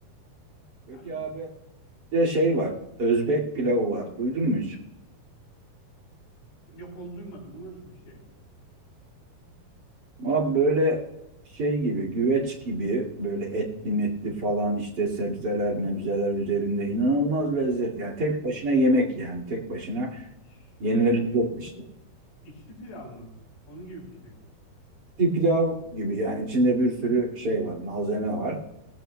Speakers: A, on the right (about 35°); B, on the left (about 85°).
A: Peki
B: Yani
A: abi bir de şey var. Özbek pilavı var. Duydun mu hiç?
B: yok onu duymadım. Bu nasıl bir şey?
A: Abi böyle şey gibi güveç gibi böyle etli metli falan işte sebzeler mebzeler üzerinde inanılmaz lezzet. Yani tek başına yemek yani tek başına
B: Ş-
A: yenilebilecek
B: şey mi?
A: bir şey.
B: İçli pilav mı? Onun gibi bir şey mi?
A: Bir pilav gibi yani içinde bir sürü şey var malzeme var.